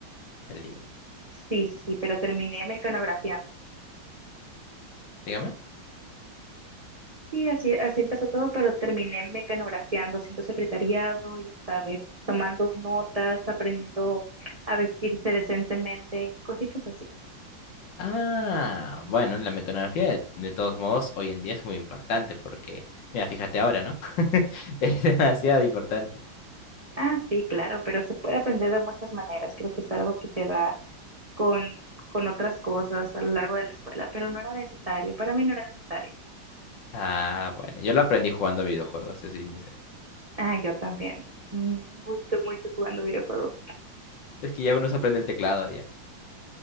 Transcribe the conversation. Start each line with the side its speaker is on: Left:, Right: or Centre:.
Left: qué lindo.
Right: Sí, sí, sí, pero terminé mecanografiando.
Left: Dígame.
Right: Sí, así, así empezó todo, pero terminé mecanografiando, haciendo secretariado, ya sabes, tomando notas, aprendiendo a vestirse decentemente y cositas así.
Left: Ah, bueno, la mecanografía de, de todos modos hoy en día es muy importante porque, mira, fíjate ahora, ¿no? <laughs> Es demasiado importante.
Right: Ah, sí, claro, pero se puede aprender de muchas maneras. Creo que es algo que te da con, con otras cosas a lo largo de la escuela, pero no era necesario. Para mí no era necesario.
Left: Ah, bueno, yo lo aprendí jugando videojuegos, te soy sincero.
Right: Ah, yo también. Mm, Mucho, mucho jugando videojuegos.
Left: Es que ya uno se aprende el teclado ya.